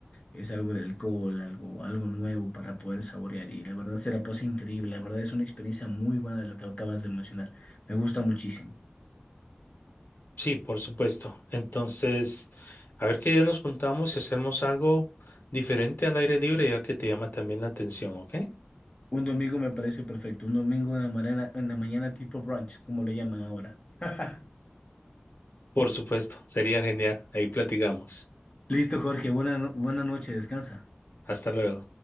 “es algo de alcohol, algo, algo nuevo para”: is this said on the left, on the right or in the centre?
Left